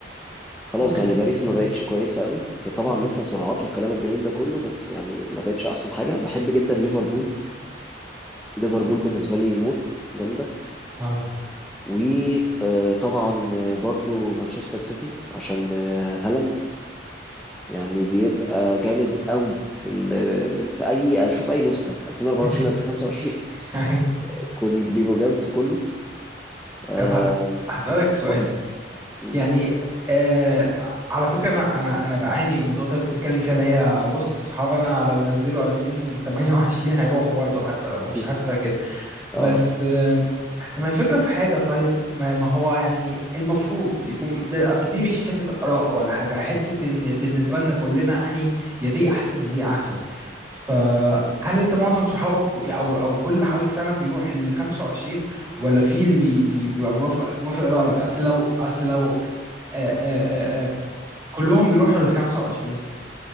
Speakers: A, in the centre; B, on the right (about 15°).
A: خلاص
B: اوكي
A: يعني باريس ما
B: مم.
A: بقتش كويسه قوي هي طبعا
B: مم.
A: لسه سرعات والكلام الجميل ده كله بس يعني ما بقتش احسن حاجه بحب جدا ليفربول ليفربول
B: اه
A: بالنسبه لي موت جامده
B: اه
A: وطبعا برضو مانشستر سيتي عشان آه، هالاند يعني بيبقى جامد قوي في ال- آه، في اي اشوف اي نسخه 2024
B: <laughs>
A: 2025 <laughs>
B: أي.
A: كل بيبقوا جامد في كله آم،
B: طب ه- هسألك سؤال
A: قول لي مم.
B: يعني آه على فكرة أنا أنا أنا بعاني من النقطة اللي أنت بتتكلم فيها اللي هي بص أصحابي أنا لو نزلوا 2028 هيروحوا برضه حتى لو مفيش
A: <laughs>
B: حاجة اسمها كده
A: اه
B: بس آه، ما هي فكرة في حاجة طيب ما, ما هو يعني المفروض يكون ده أصل دي مش حتة آراء ولا حاجة حتة إن بالنسبة لنا كلنا أنهي يا دي أحسن يا دي أحسن فهل أنت معظم صحابك ك- أو أو كل اللي حواليك فعلا بيروح لل 25 ولا في اللي بي بي بيبقى موافق موافق رأيك أصل لو أصل لو آآ آآ آآ كلهم بيروحوا لل 25